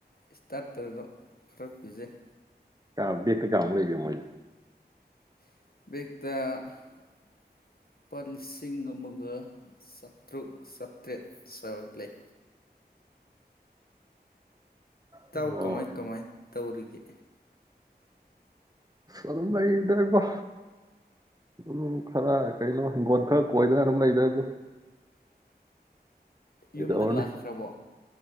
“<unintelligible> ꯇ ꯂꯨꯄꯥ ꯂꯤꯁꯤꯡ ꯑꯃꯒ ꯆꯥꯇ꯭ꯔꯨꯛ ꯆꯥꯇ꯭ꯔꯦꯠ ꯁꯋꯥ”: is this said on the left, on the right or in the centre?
Left